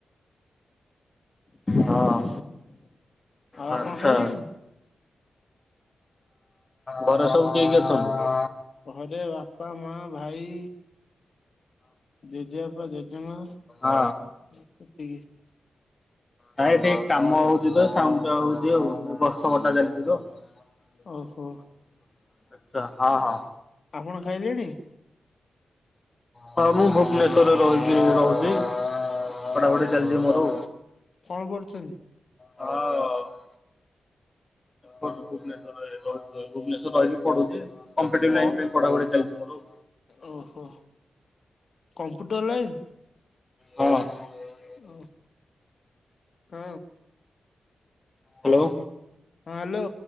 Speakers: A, on the left; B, on the left.
A: ହଁ।
B: ଆଉ
A: ଆଚ୍ଛା।
B: ଆପଣ ଖାଇଲେଣି?
A: ଘରେ ସବୁ କିଏ କିଏ ଅଛନ୍ତି?
B: ଘରେ ବାପା, ମାଆ, ଭାଇ, ଜେଜେବାପା, ଜେଜେମାଆ।
A: ଅ।
B: ଏତିକି।
A: ନାଇ ଏଠି କାମ ହୋଉଚି ତ ସାଉଣ୍ଡଟା ହୋଉଚି ଆଉ। ଗଛ କଟା ଚାଲିଚି ତ ଆଚ୍ଛା
B: ଓହୋ
A: ହଁ ହଁ।
B: ତ ଆପଣ ଖାଇଲେଣି?
A: ହଁ ମୁଁ ଭୁବନେଶ୍ୱରରେ ରହିକି ରହୁଚି ପଢାପଢି ଚାଲଚି ମୋର।
B: କଣ କରୁଚନ୍ତି?
A: ହଁ। ଭୁବନେଶ୍ୱରରେ ରହୁଚି ଭୁବନେଶ୍ୱରରେ ରହିକି ପଢୁଚି କମ୍ପିଟିବ୍
B: କଣ
A: ଲାଇନ୍ ପାଇଁ ପଢାପଢି ଚାଲଚି ମୋର।
B: ଓହୋ କମ୍ପ୍ୟୁଟର ଲାଇନ୍?
A: ହଁ।
B: ଓ ତ
A: ହାଲୋ।
B: ହଁ ହାଲୋ।